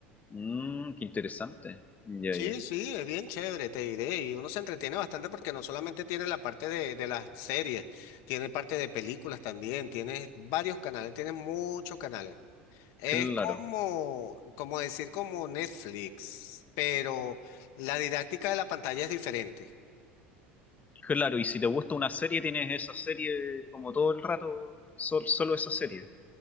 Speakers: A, on the left; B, on the left.
A: Mmm, qué interesante. Ya,
B: Sí,
A: ya.
B: sí, es bien chévere, te diré. Y uno se entretiene bastante porque no solamente tiene la parte de, de las series, tiene parte de películas también, tienes varios canales, tienes muchos canales. Es
A: Claro,
B: como, como decir como Netflix, pero la didáctica de la pantalla es diferente.
A: claro. Y si te gusta una serie, tienes esa serie como todo el rato, sol- solo esa serie.